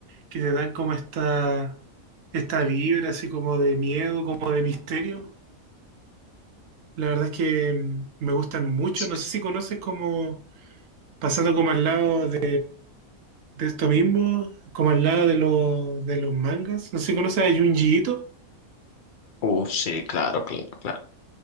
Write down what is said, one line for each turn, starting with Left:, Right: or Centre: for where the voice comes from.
Right: que te dan como esta, esta vibra así como de miedo, como de misterio. La verdad es que mm, me gustan mucho.
Left: Sí.
Right: No sé si conoces como, pasando como al lado de, de esto mismo, como al lado de, los de los mangas. No sé si conoces a Junji Ito.
Left: Uh, sí, claro, claro, claro.